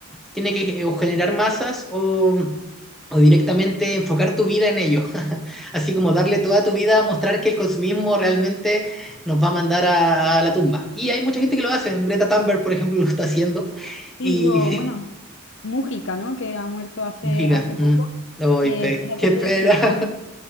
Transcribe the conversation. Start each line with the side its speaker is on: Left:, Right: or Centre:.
Centre: tiene que eh, o generar masas o, o directamente enfocar tu vida en ello, <laughs> así como darle toda tu vida a mostrar que el consumismo realmente nos va a mandar a, a la tumba. Y hay mucha gente que lo hace, Greta Thunberg, por ejemplo, <laughs> lo está haciendo, y
Left: Sí, o
Centre: <laughs>
Left: bueno, Mújica, ¿no? Que ha muerto hace,
Centre: Mujica,
Left: hace poco.
Centre: mm, ay,
Left: Eh,
Centre: pe-
Left: fíjate
Centre: qué pena.
Left: que, que
Centre: <laughs>
Left: gran,